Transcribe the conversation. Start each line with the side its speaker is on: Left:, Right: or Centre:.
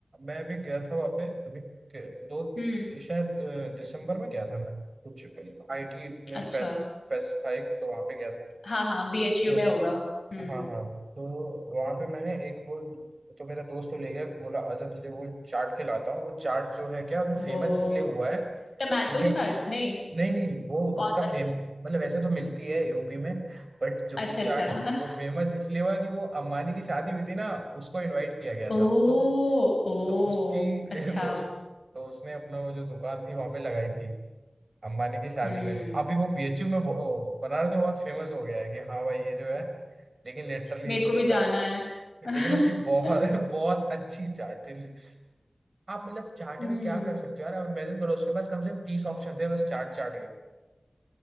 Right: मैं भी गया था वहाँ पे अभी के- दो
Left: हम्म
Right: शायद अ, दिसंबर में गया था मैं कुछ आईटी में
Left: अच्छा
Right: फेस्ट फेस्ट था एक तो वहाँ पे गया था
Left: हाँ हाँ बीएचयू
Right: तो
Left: में होगा हम्म
Right: हाँ हाँ तो वहां पे मैंने एक वो तो मेरा दोस्त तो ले गया बोला आजा तुझे वो चाट खिलाता हूँ वो चाट जो है क्या वो फेमस
Left: ओ
Right: इसलिए हुआ है
Left: टमाटो
Right: क्योंकि
Left: चाट नहीं
Right: नहीं नहीं वो
Left: कौन
Right: उसका
Left: सा
Right: फेम मतलब वैसे तो मिलती है यूपी में बट जो
Left: अच्छा
Right: वो चाट
Left: अच्छा
Right: वो
Left: <laughs>
Right: फेमस इसलिए हुआ कि वो अम्बानी की शादी हुई थी ना उसको इनवाइट किया गया
Left: ओ
Right: था तो
Left: ओ
Right: तो उसकी <laughs>
Left: अच्छा
Right: तो उस, तो उसने अपना वो जो दुकान थी वहां पे लगाई थी अम्बानी की शादी
Left: हम्म
Right: में तो अभी वो बीएचयू में बहु- बनारस में बहुत फेमस हो गया है कि हाँ भाई ये जो है लेकिन लिटरली
Left: मेरे को
Right: उसका
Left: भी जाना है <laughs>
Right: लेकिन उसकी बहुत बहुत अच्छी चाट थी आप मतलब चाट
Left: हम्म
Right: में क्या कर सकते हो यार आप इमेजिन करो उसके पास कम से कम तीस ऑप्शन थे बस चाट चाट के